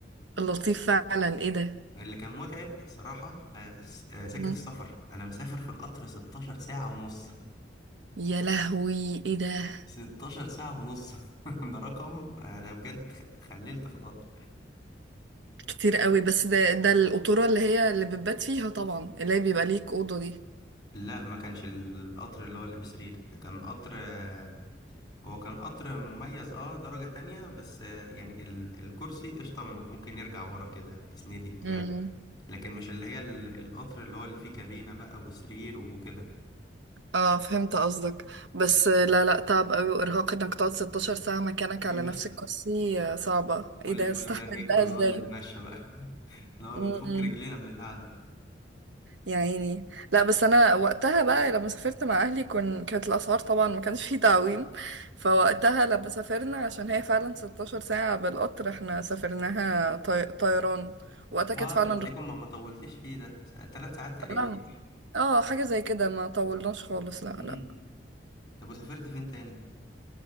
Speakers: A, on the right; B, on the left.
A: لطيف فعلا ايه ده
B: اللي كان متعب صراحة آه، الس- آه، سكة
A: مم.
B: السفر أنا مسافر في القطر 16 ساعة ونص
A: يا لهوي ايه
B: <laughs>
A: ده
B: 16 ساعة ونص <laughs> ده رقم أنا بجد اتخ- اتخللت في القطر
A: كتير قوي بس ده ده القطورة اللي هي اللي بتبات فيها طبعا اللي هي بيبقى ليك أوضة دي
B: لا ما كانش القطر اللي هو اللي بسرير كان قطر آه، هو كان قطر مميز اه درجة تانية بس آه، يعني ال- الكرسي قشطة ممكن يرجع ورا كده تسندي بتاع
A: مم.
B: لكن مش اللي هي ال- القطر اللي هو اللي فيه كابينة بقى وسرير وكده
A: اه فهمت قصدك بس لا لا تعب قوي وارهاق انك تقعد 16 ساعة مكانك
B: ايوه
A: على نفس الكرسي آه، صعبة
B: كل
A: ايه ده
B: شوية
A: استحمل
B: بقى ايه كنا
A: ده
B: نقعد
A: ازاي
B: نتمشى بقى <laughs> اللي هو بنفك
A: امم
B: رجلينا من القعدة
A: يا عيني لا بس انا وقتها بقى لما سافرت مع اهلي كن كانت الاسعار طبعا ما كانش فيه تعويم فوقتها لما سافرنا عشان هي فعلا 16 ساعة بالقطر احنا سافرناها طي... طيران وقتها
B: اه
A: كانت فعلا
B: ده تلاقيكم
A: رخيصة
B: ما ما طولتش فيه ده س- تلات ساعات تقريبا
A: لا،
B: صح؟
A: اه حاجة زي كده ما طولناش خالص لا
B: امم
A: لا
B: طب وسافرت فين تاني؟